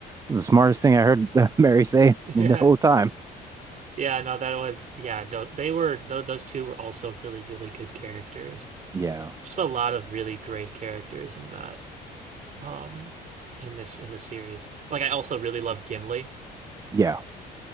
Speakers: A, on the right; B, on the right.
A: this is the smartest thing I heard <laughs> Mary say
B: <laughs>
A: in
B: yeah.
A: the whole time.
B: Yeah, no, that was yeah, tho- they were tho- those two were also really, really good characters.
A: Yeah,
B: Just a lot of really great characters in that um in this in the series. Like I also really love Gimli.
A: yeah.